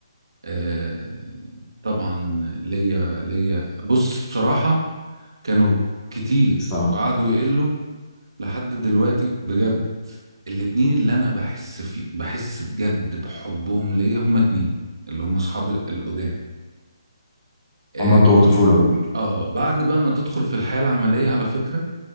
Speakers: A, on the right; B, on the left.
A: آه طبعا ليا ليا بص بصراحة كانوا كتير
B: طبعا
A: وقعدوا يقلوا لحد دلوقتي بجد الاتنين اللي أنا بحس في بحس بجد بحبهم ليا هما اتنين اللي هما أصحابي القدام آه,
B: هما بتوع الطفوله دول
A: آه بعد بقى ما تدخل في الحياة العملية على فكرة